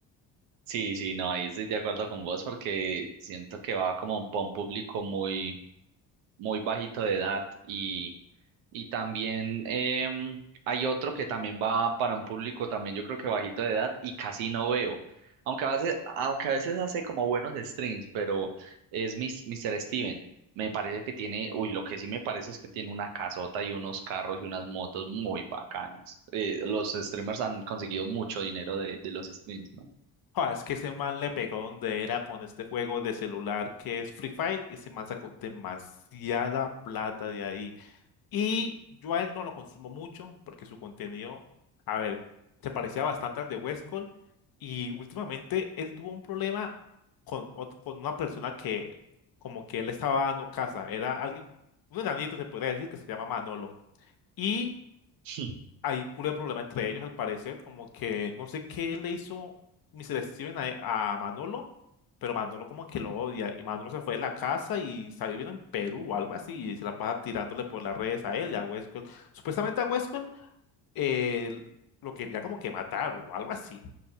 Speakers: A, on the right (about 85°); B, on the left (about 50°).
A: Sí, sí, no, ahí estoy de acuerdo con vos porque siento que va como para un público muy, muy bajito de edad y, y también em, hay otro que también va para un público también yo creo que bajito de edad y casi no veo. Aunque a veces, aunque a veces hace como buenos streams, pero es mis- Mr. Steven. Me parece que tiene, uy, lo que sí me parece es que tiene una casota y unos carros y unas motos muy bacanas. Eh, los streamers han conseguido mucho dinero de, de los streams, ¿no?
B: Joder, es que ese man le pegó donde era con este juego de celular que es Free Fire y ese man sacó demasiada plata de ahí. Y yo a él no lo consumo mucho porque su contenido, a ver, se parecía bastante al de Westcol y últimamente él tuvo un problema con, ot- con una persona que como que él estaba dando casa. Era alguien, un enanito se podría decir que se llama Manolo. Y
A: <laughs>
B: hay culo de problema entre ellos, al parecer, como que no sé qué le hizo Mr. Steven a, a Manolo, pero Manolo como que lo odia. Y Manolo se fue de la casa y está viviendo en Perú o algo así, y se la pasa tirándole por las redes a él y a Westworld. Supuestamente a Westworld eh, lo quería como que matar o algo así.